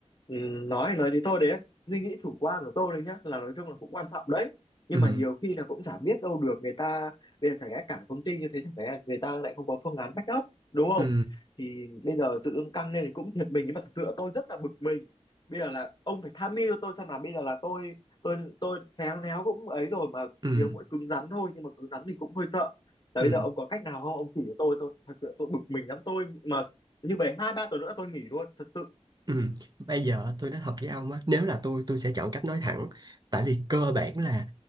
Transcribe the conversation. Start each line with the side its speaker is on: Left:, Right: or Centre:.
Left: ừ, nói nói thì thôi đấy suy nghĩ chủ quan của tôi đấy nhá là nói chung là cũng quan trọng đấy nhưng
Right: ừ
Left: mà nhiều khi là cũng chả biết đâu được người ta bây giờ chẳng lẽ cả công ty như thế chẳng lẽ người ta lại không có phương án backup đúng không
Right: ừ
Left: thì bây giờ tự dưng căng lên thì cũng thiệt mình nhưng mà thực sự là tôi rất là bực mình bây giờ là ông phải tham mưu cho tôi xem là bây giờ là tôi tôi tôi khéo léo cũng ấy rồi mà
Right: ừ
Left: thiếu mỗi cứng rắn thôi nhưng mà cứng rắn thì cũng hơi sợ là
Right: ừ
Left: bây giờ ông có cách nào không ông chỉ cho tôi tôi thật sự tôi bực mình lắm tôi mà như vậy hai ba tuần nữa tôi nghỉ luôn thật sự
Right: Ừ. Bây giờ tôi nói thật với ông á Nếu là tôi tôi sẽ chọn cách nói thẳng Tại vì cơ bản là